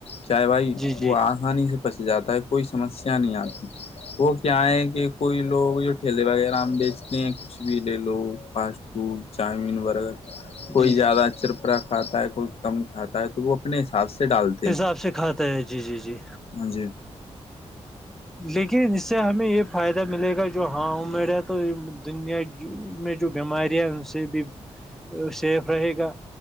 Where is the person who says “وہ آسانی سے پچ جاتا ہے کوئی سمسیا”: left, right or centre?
Left